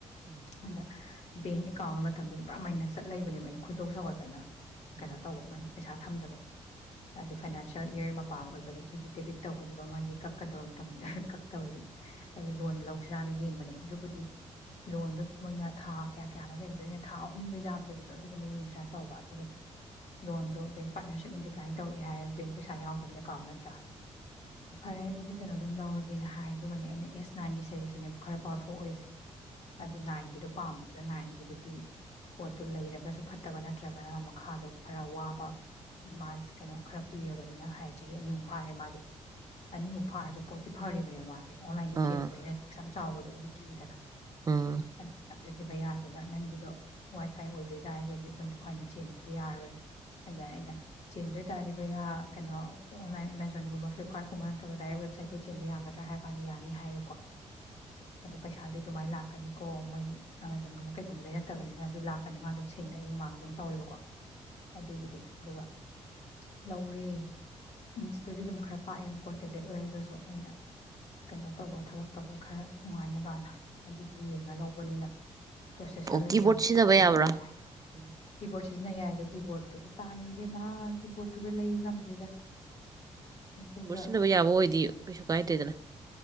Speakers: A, on the right; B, on the left.
A: ꯎꯝ
B: ꯑꯗꯥ ꯕꯦꯡ ꯑꯦꯀꯥꯎꯟꯒꯤ ꯃꯇꯝꯗꯨꯗ ꯄꯨꯔꯝꯃꯥꯏꯅ ꯆꯠꯂ ꯂꯩꯕꯅꯦꯕ ꯑꯩꯅ ꯈꯣꯏꯗꯣꯛ ꯁꯥꯎꯒꯠꯇꯅ
A: ꯑꯣ
B: ꯀꯩꯅꯣ ꯇꯧꯕ ꯃ‌ꯣꯏꯟ ꯄꯩꯁꯥ ꯊꯝꯗꯕ ꯐꯩꯅꯥꯁ ꯑꯦꯃ ꯄꯥ ꯑꯣꯏꯕꯒꯤ ꯑꯩꯈꯣꯏꯒꯤ ꯗꯦꯕꯤꯠ ꯇꯧꯒꯗꯕ ꯃꯥꯒꯤ ꯀꯛꯀꯗꯕ ꯃꯇꯝ ꯀꯛꯇꯕꯒꯤ ꯑꯩ ꯂꯣꯟ ꯂꯧꯁ꯭ꯔꯥꯅꯤ ꯌꯦꯡꯕꯅꯦ ꯑꯗꯨꯕꯨꯗꯤ ꯂꯣꯟꯗ‌ꯣ ꯃꯣꯏꯅ ꯊꯥ ꯀꯌꯥ ꯀꯌꯥꯅꯣ ꯂꯩꯕꯗꯣ ꯑꯩꯅ ꯊꯥ ꯑꯍꯨꯝꯗꯣ ꯌꯥꯝꯗꯕꯤꯗꯣ ꯑꯗꯨꯒꯨꯝꯕ ꯌꯦꯡꯁꯤꯥꯅ ꯇꯧꯕ ꯑꯗꯨꯒꯗꯤ ꯂꯣꯟꯗꯣ ꯕꯦꯡ ꯄꯥꯠꯅꯔꯁꯤꯞꯅꯗꯤ ꯗꯤꯀꯥꯜꯟ ꯇꯧꯛꯑꯦꯌꯦ ꯕꯦꯡ ꯄꯩꯁ ꯌꯥꯗꯕꯅ ꯀꯥꯃꯦ <inaudible> ꯐꯔꯦ ꯑꯗꯨꯗꯤ ꯀꯩꯅꯣ ꯑꯗꯨꯝ ꯂꯧꯔꯒꯦꯅ ꯍꯥꯏ ꯑꯗꯨꯒꯅꯦ ꯑꯩꯅ ꯑꯦꯁ ꯅꯥꯏꯟꯒꯤ ꯁꯦꯔꯤꯁ ꯁꯤꯅꯦꯕ ꯈꯔ ꯄꯋꯥꯔꯐꯨꯜ ꯑꯣꯏꯖꯦ ꯑꯗꯨ ꯅꯥꯢꯟꯒꯤꯗꯨ ꯄꯥꯝꯕꯗꯨꯗ ꯅꯥꯏꯟꯒꯤꯗꯨꯗꯤ ꯄꯣꯠꯇꯨ ꯂꯩꯔꯒꯁꯨ ꯐꯠꯇꯕ ꯅꯠꯇ꯭ꯔꯒꯅ ꯃꯈꯥꯗꯣ ꯈꯔ ꯋꯥꯕ ꯃꯥ ꯀꯩꯅꯣ ꯈꯔ ꯀꯨꯏꯔꯕꯅꯤꯅ ꯍꯥꯏ ꯆꯍꯤ ꯑꯅꯤ ꯑꯍꯨꯝ ꯐꯥꯔꯦ ꯃꯥꯗꯤ ꯑꯅꯤꯃꯨꯛ ꯐꯥꯔꯁꯨ ꯄꯣꯠꯇꯤ ꯐꯔꯤꯕꯅꯦꯕ ꯃꯥꯁ ꯑꯣꯟꯂꯥꯏꯟꯗꯤ
A: ꯑꯥ
B: <unintelligible> ꯆꯥꯎꯕꯗꯣ ꯑꯗꯨ ꯀꯤꯗꯅ꯫
A: ꯑꯥ
B: <unintelligible> ꯍꯧꯖꯤꯛꯀꯤ ꯕꯌꯥꯗꯨꯗ ꯅꯪꯒꯤꯗꯣ ꯋꯥꯏ ꯐꯥꯏ ꯑꯣꯏꯗꯣꯏ ꯇꯥꯔꯒꯗꯤ ꯑꯩꯈꯣꯏꯅ ꯇꯣꯈꯥꯏꯅ ꯆꯦꯟꯗꯗꯤ ꯌꯥꯔꯔꯣꯏ ꯑꯗ ꯑꯩꯅ ꯆꯦꯟꯗꯣꯏ ꯇꯥꯔꯗꯤ ꯕꯌꯥ ꯀꯩꯅꯣ ꯑꯣꯟꯂꯥꯏꯟ ꯑꯦꯃꯖꯣꯟꯒꯨꯝꯕ ꯐ꯭ꯂꯤꯞꯀꯥꯔꯠꯀꯨꯝꯕ ꯅꯠꯇꯕ ꯗꯥꯢꯔꯦꯛ ꯋꯦꯕꯁꯥꯏꯠꯇꯒꯤ ꯆꯦꯟꯕ ꯌꯥꯒꯗ꯭ꯔ ꯍꯥꯏꯔ ꯀꯟꯗ ꯌꯥꯅꯤ ꯍꯥꯏꯔꯦꯀꯣ? ꯄꯩꯁꯥꯗꯤ ꯑꯗꯨꯃꯥꯏꯅ ꯂꯥꯛꯀꯅꯤꯀꯣ ꯃꯣꯢ ꯑꯦꯃꯖꯣꯟꯒꯨꯝꯕ ꯀꯩꯒꯨꯝꯕꯗꯩ ꯅꯠꯇꯕꯅꯤꯅ ꯑꯗꯨ ꯂꯥꯛꯀꯅꯤ ꯃꯥ ꯑꯗꯨꯝ ꯁꯦꯡꯅ ꯑꯩ ꯃꯃꯥꯡꯗ ꯑꯗꯨꯝ ꯇꯧꯋꯦꯕꯀꯣ꯫ ꯑꯗꯨꯒꯤꯗꯤ ꯑꯗꯨꯒ ꯂꯧꯔꯦ ꯏꯟꯁꯇꯨꯗꯤ ꯑꯗꯨꯝ ꯈꯔ ꯄꯥꯛꯑꯦꯕꯀꯣ ꯇꯦꯕ꯭ꯂꯦꯠ ꯑꯣꯏꯔꯒꯁꯨ- ꯑꯩꯅ ꯀꯩꯅꯣ ꯇꯧꯕ ꯊꯕꯛ ꯇꯧꯕ ꯈꯔ ꯅꯨꯡꯉꯥꯏꯅꯕꯅ ꯑꯗꯨꯒꯤ ꯌꯦꯡꯉ ꯂꯧꯕꯅꯤꯅ ꯄ꯭ꯔꯣꯁꯦꯁꯔꯒꯁꯨ
A: ꯑꯣ ꯀꯤꯕꯣꯔꯗ
B: ꯌꯥꯝ
A: ꯁꯤꯖꯤꯟꯅꯕ
B: ꯇꯛꯂꯦ ꯑꯗꯨꯒꯅꯦꯔꯦ
A: ꯌꯥꯕ꯭ꯔꯥ ꯎꯝ
B: ꯀꯤꯕꯣꯔꯗꯁꯦ ꯁꯤꯖꯤꯟꯅ ꯌꯥꯏ ꯑꯗꯣ ꯀꯤꯕꯣꯔꯗꯠꯇꯨꯁꯨ ꯇꯥꯡꯉꯤꯕ ꯏꯕꯦꯃꯥ ꯀꯤꯕꯣꯔꯗꯠꯇꯨꯒ ꯂꯩ ꯉꯝꯗ꯭ꯔꯤꯗ ꯑꯗꯨꯒ
A: ꯁꯤꯟꯅꯕ ꯌꯥꯕ ꯑꯣꯏꯗꯤ ꯀꯩꯁꯨ ꯀꯥꯏꯗꯦꯗꯅ